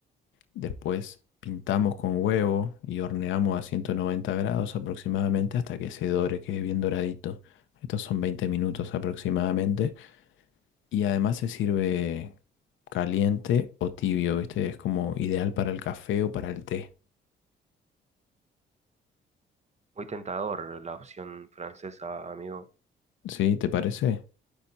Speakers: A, on the left (about 75°); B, on the right (about 35°).
A: Después pintamos con huevo y horneamos a 190 grados aproximadamente hasta que se dore, quede bien doradito. Estos son 20 minutos aproximadamente. Y además se sirve caliente o tibio, ¿viste? Es como ideal para el café o para el té.
B: Muy tentador la opción francesa, amigo.
A: ¿Sí? ¿Te parece?